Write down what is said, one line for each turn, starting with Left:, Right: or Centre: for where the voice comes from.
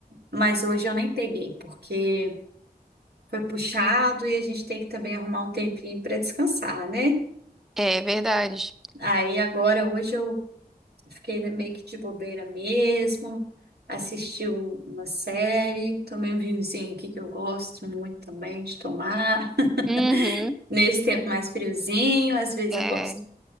Right: Mas hoje eu nem peguei porque foi puxado e a gente tem que também arrumar um tempinho pra descansar, né?
Centre: é verdade.
Right: Aí agora hoje eu Fiquei né, meio que de bobeira mesmo. Assisti um- uma série, tomei um vinhozinho aqui que eu gosto muito também de tomar.
Centre: Uhum.
Right: <laughs> Nesse tempo mais friozinho, às vezes
Centre: É.
Right: eu gosto.